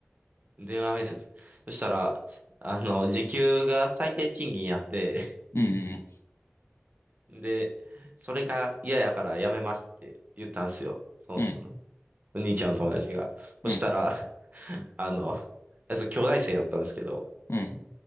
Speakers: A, on the right; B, on the left.
A: 電話面接。そしたら、あの、時給が最低賃金やって、
B: うんうんうん。
A: で、それが嫌やからやめますって言ったんですよ。その
B: うん、
A: お兄ちゃんの友達が。そしたら、
B: うん、
A: <laughs> あの、あいつ兄弟生やったんですけど、
B: うん。